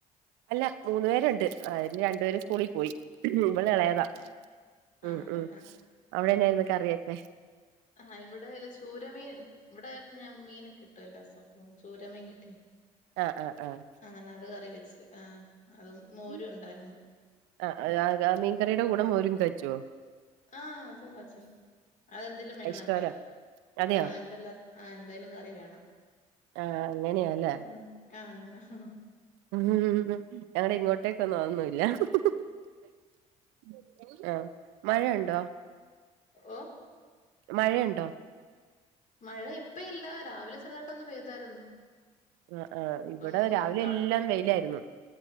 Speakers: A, on the right; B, on the left.
A: അല്ല മൂന്ന് പേരുണ്ട് അയ്ല് രണ്ടുപേര് സ്കൂളി
B: ഉം
A: പോയി ഇവളെളേതാ
B: ആണോ ആഹ്
A: ഉം
B: ആണല്ലേ
A: ഉം
B: ആഹ്
A: അവിടെന്നായിരുന്നു കറിയൊക്കെ?
B: ആഹ് ഇവിടെല്ല ചൂരമീൻ ഇവ്ടെ ഞാ മീൻ കിട്ടൊല്ലോസൊ അപ്പം ചൂര മീൻ കിട്ടി
A: ആഹ് ആഹ് ആഹ്
B: ആഹ് അങ്ങനെ അത് കറി വെച്ച് ആഹ് അതും മോരുണ്ടായ്ര്ന്നു
A: ഉം ആഹ് അഹ് മീൻകറിയുടെ കൂടെ മോരും കാച്ചോ?
B: ആഹ്‌പ്പം കാച്ചും അതെന്തേലും വേണം
A: ഇഷ്ടമല്ല
B: വിടെ
A: അതെയോ
B: ആഹ് ഇവ്ടെല്ലാർക്കും ആഹ് എന്തേലും കറി വേണം
A: ആഹ് അങ്ങനെയാല്ലേ
B: ഉം ആഹ് അങ്ങനാ ഹ് ഹ്
A: ഉ ഉം ഉം ഞങ്ങടെങ്ങോട്ടേക്കൊന്നും അതൊന്നും ഇല്ല ഹും ഹും ഹും ആഹ് മഴയുണ്ടോ?
B: ഓഹ്
A: മഴയുണ്ടോ?
B: മഴ യിപ്പയില്ല രാവിലെ ചെറുതാട്ടൊന്ന് പെയ്തായിരുന്നു
A: ആ ആഹ്
B: ഇപ്പം
A: ഇവിടെ രാവിലെ
B: അവിടെ
A: എല്ലാം വെയിലായിരുന്നു.